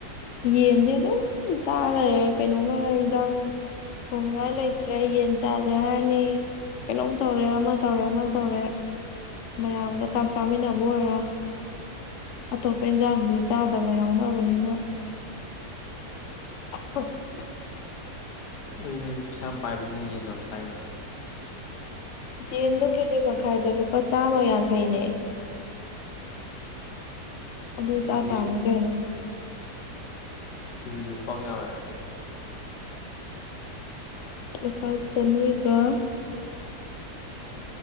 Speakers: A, on the left (about 55°); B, on the left (about 80°).
A: ꯌꯦꯟꯗꯤ ꯑꯗꯨꯝ ꯆꯥ ꯂꯩꯔꯦ ꯀꯩꯅꯣꯝꯃ ꯏꯟꯖꯥꯡ ꯊꯣꯡꯅꯤꯉꯥꯏ ꯂꯩꯇ꯭ꯔꯦ ꯌꯦꯟ ꯆꯥꯥꯖꯦ ꯍꯥꯏꯔꯅꯤ ꯀꯩꯅꯣꯝ ꯇꯧꯔꯦ ꯑꯃ ꯇꯧꯔꯦ ꯑꯃ ꯇꯧꯔꯦ꯫ ꯃꯌꯥꯝꯒ ꯆꯥꯛ ꯆꯥꯃꯤꯟꯅꯕ ꯑꯣꯏꯔꯣ ꯑꯇꯣꯞꯄ ꯏꯟꯖꯥꯡꯗꯤ ꯆꯥꯗꯕ ꯌꯥꯎꯅꯕꯅꯤꯅ <unintelligible>
B: ꯑꯗꯤ ꯅꯣꯏꯗꯤ ꯄꯩꯁꯥ ꯌꯥꯝ ꯄꯥꯏꯕ꯫ <unintelligible> ꯌꯦꯟꯒ ꯌꯥꯝ ꯆꯥꯏꯅ
A: ꯌꯦꯟꯗꯨ ꯀꯦꯖꯤ ꯃꯈꯥꯏꯗ ꯂꯨꯄꯥ ꯆꯥꯃ ꯌꯥꯡꯈꯩꯅꯦ꯫ ꯑꯗꯨ
B: ꯑꯗꯨꯗꯤ
A: ꯆꯥ ꯇꯥꯝꯅꯤ ꯀꯩꯅꯣ꯫
B: ꯀꯦꯖꯤꯗ ꯂꯨꯄꯥ ꯀꯌꯥ ꯑꯣꯏꯔꯦ꯫
A: ꯂꯨꯄꯥ ꯆꯅꯤꯒ